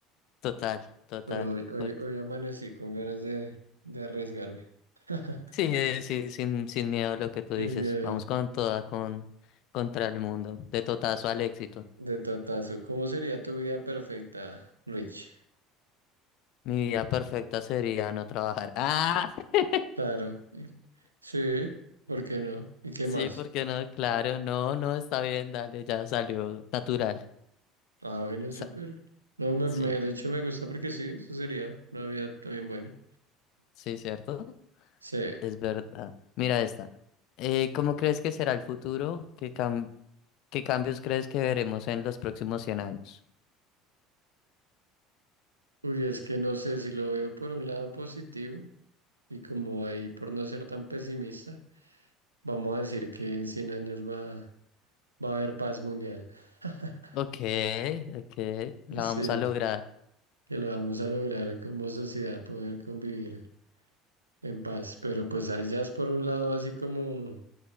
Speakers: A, on the left (about 55°); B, on the right (about 80°).
A: Total, total,
B: Pero hoy, hoy,
A: fuerte.
B: hoy amanecí con ganas de, de arriesgarme. <laughs>
A: Sí, eh, sí, sin, sin miedo a lo que tú
B: Sin
A: dices.
B: miedo.
A: Vamos con toda, con contra el mundo, de totazo al éxito.
B: De totazo. ¿Cómo sería tu vida perfecta, Rich?
A: Mi vida perfecta sería no trabajar. Ah, <laughs>
B: Claro. y- Sí, ¿por qué no? ¿Y qué
A: sí,
B: más?
A: porque no? Claro, no, no, está bien, dale, ya salió natural.
B: Ah, bueno,
A: Sa-
B: súper. No, me,
A: sí,
B: me- de hecho me gusta porque sí, eso sería una vida también buena.
A: sí, ¿cierto?
B: Sí.
A: Es verdad. Mira esta. Eh, ¿cómo crees que será el futuro? ¿Qué cam- qué cambios crees que veremos en los próximos 100 años?
B: Uy, es que no sé si lo veo por un lado positivo y como ahí por no ser tan pesimista. Vamos a decir que en 100 años va, va a haber paz mundial. <laughs>
A: Ok, ok, la
B: Sí,
A: vamos a lograr.
B: que lo vamos a lograr como sociedad poder convivir en paz. Pero pues ahí ya es por un lado así como,